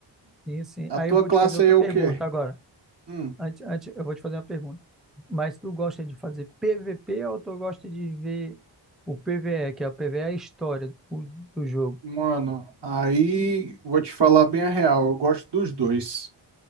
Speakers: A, in the centre; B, on the right.
A: sim, sim.
B: A
A: Aí
B: tua
A: eu vou
B: classe
A: te fazer outra
B: aí é o
A: pergunta
B: quê?
A: agora.
B: Hum.
A: Antes, antes, eu vou te fazer uma pergunta. Mas tu gosta de fazer PVP ou tu gosta de ver o PVE, que é o PVE é a história do, do jogo?
B: Mano, aí vou te falar bem a real, eu gosto dos dois.